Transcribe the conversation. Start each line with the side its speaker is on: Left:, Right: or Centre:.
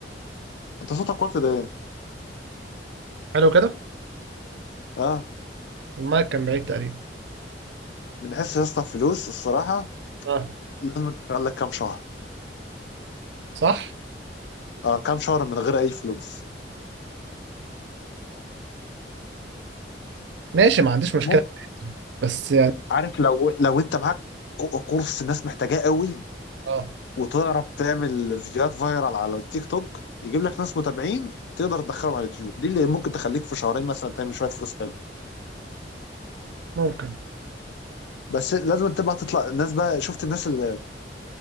Left: أنت صوتك واطي ليه؟
Right: حلو كده
Left: أه
Right: المايك كان بعيد تقريبا
Left: من حيث يا اسطى الفلوس الصراحة
Right: اه
Left: لازم تشتغل لك كام شهر
Right: صح
Left: أه كام شهر من غير أي فلوس
Right: ماشي ما عنديش مشكله
Left: ممكن
Right: بس يعني
Left: عارف لو لو أنت معاك كو- كورس الناس محتاجاه قوي
Right: اه
Left: وتعرف تعمل فيديوهات فايرال على التيك توك يجيب لك ناس متابعين تقدر تدخلهم على اليوتيوب دي اللي ممكن تخليك في شهرين مثلا تعمل شويه فلوس حلو
Right: ممكن
Left: بس لازم تبقى تطلع الناس بقى شفت الناس اللي,